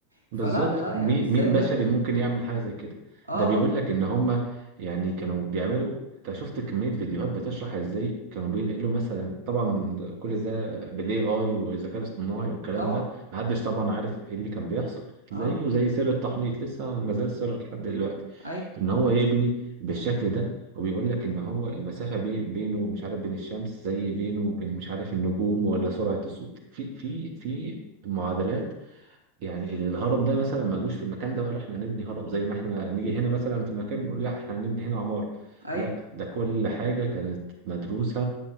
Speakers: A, on the right; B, on the right.
A: فلا
B: بالظبط
A: لا
B: مين
A: يعني ازاي
B: مين
A: بجد
B: بشري ممكن يعمل حاجه زي كده
A: اه
B: ده بيقول
A: اه
B: لك ان هم يعني كانوا بيعملوا انت شفت كميه فيديوهات بتشرح ازاي كانوا بينقلوا مثلا طبعا كل ده بالاي اي والذكاء الاصطناعي والكلام
A: طبعا
B: ده محدش طبعا عارف ايه اللي كان بيحصل
A: اه
B: زيه زي سر التحنيط لسه ما زال سر لحد دلوقتي
A: ايوه
B: ان هو يبني بالشكل ده وبيقول لك ان هو المسافه بي- بينه مش عارف بين الشمس زي بينه وبين مش عارف النجوم ولا سرعه الصوت في في في معادلات يعني الهرم ده مثلا ما جوش في المكان ده وقالوا احنا هنبني هرم زي ما احنا نيجي هنا مثلا في مكان نقول لا احنا هنبني هنا عمارة
A: ايوه
B: لا ده كل حاجة كانت مدروسة